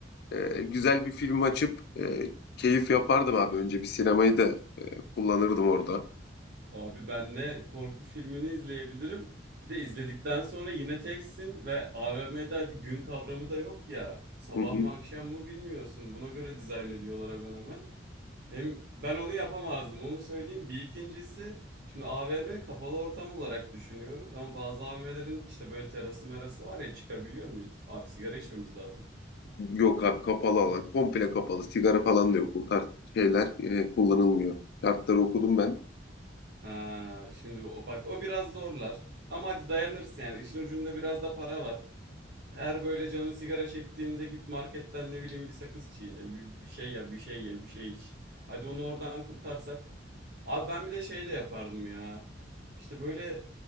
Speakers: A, on the left; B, on the right.
A: e, güzel bir film açıp e, keyif yapardım abi önce bir sinemayı da e, kullanırdım orada.
B: Abi benle korku filmini izleyebilirim. Bir de izledikten sonra yine teksin ve AVM'de gün kavramı da yok ya. Sabah
A: Hı hı.
B: mı akşam mı bilmiyorsun. Buna göre dizayn ediyorlar hemen hemen. Hem ben onu yapamazdım onu söyleyeyim. Bir ikincisi şimdi AVM kapalı ortam olarak düşünüyoruz. Ama bazı AVM'lerin işte böyle terası merası var ya çıkabiliyor muyuz? Abi sigara içmemiz lazım.
A: Yok abi kapalı alan komple kapalı sigara falan da yok o tarz şeyler e, kullanılmıyor. Şartları okudum ben
B: Ha, şimdi o, bak o biraz zorlar. Ama hadi dayanırsın yani. İşin ucunda biraz da para var. her böyle canın sigara çektiğinde git marketten ne bileyim bir sakız çiğne, bir, bir şey yap, bir şey ye, bir şey iç. Hadi onu oradan kurtarsak. Abi ben bir de şey de yapardım ya. İşte böyle